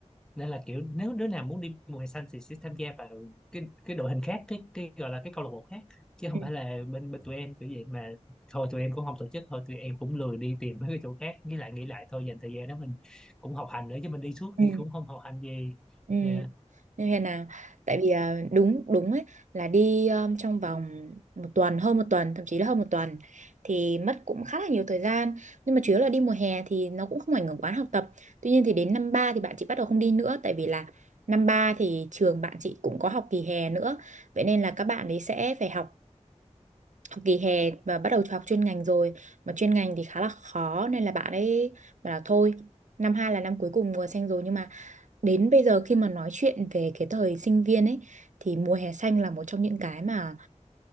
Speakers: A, in the centre; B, on the right.
A: nên là kiểu nếu đứa nào muốn đi mùa hè xanh thì sẽ tham gia vào cái cái đội hình khác cái cái gọi là cái câu lạc bộ khác chứ không
B: ừ,
A: phải là bên bên tụi em kiểu vậy mà thôi tụi em cũng không tổ chức thôi tụi em cũng lười đi tìm mấy cái chỗ khác nghĩ lại nghĩ lại thôi dành thời gian đó mình cũng học hành nữa chứ mình đi suốt
B: ừ,
A: thì cũng không học hành gì
B: ừ.
A: Dạ.
B: Như thế nào? Tại vì à, đúng đúng ấy là đi um, trong vòng một tuần hơn một tuần thậm chí là hơn một tuần thì mất cũng khá là nhiều thời gian nhưng mà chủ yếu là đi mùa hè thì nó cũng không ảnh hưởng quá học tập tuy nhiên thì đến năm ba thì bạn chị bắt đầu không đi nữa tại vì là năm ba thì trường bạn chị cũng có học kỳ hè nữa vậy nên là các bạn ấy sẽ phải học học kỳ hè và bắt đầu học chuyên ngành rồi mà chuyên ngành thì khá là khó nên là bạn ấy bảo là thôi năm hai là năm cuối cùng mùa xanh rồi nhưng mà đến bây giờ khi mà nói chuyện về cái thời sinh viên ấy thì mùa hè xanh là một trong những cái mà